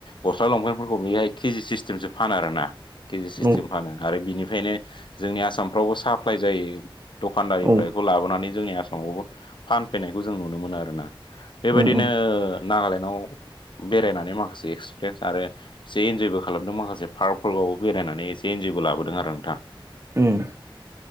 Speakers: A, on the left (about 60°); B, on the right (about 30°).
A: गस्ला लंफेेनफोरखौ बेहाय केजि सिस्टेमसो। फानो आरोना केजि सिस्टेम
B: नंगौ
A: फानो आरो बिनिफ्रायनो जोंनि आसाम साप्लाय जायो दखद
B: औ
A: लाबोनानै जोंनि आसामाव फैनायखौ जों नुनो मोनो आरोना
B: उम
A: बेबायदिनो
B: उम
A: नागालेण्डआव बेरायनानै माखासे एक्सपिरियेन्स आरो एसे इन्जयबो खालामदों माखासे पार्क पार्कआवबो बेरायनानै एसे इन्जय। जेबो लाबोदों आरो नोंथां।
B: <inaudible>